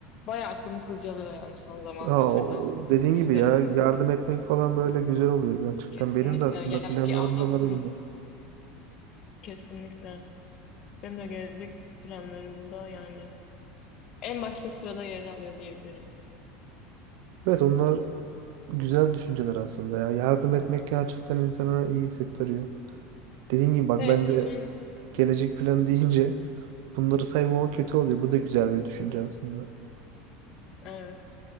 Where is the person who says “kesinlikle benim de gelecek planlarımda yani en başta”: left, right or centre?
Left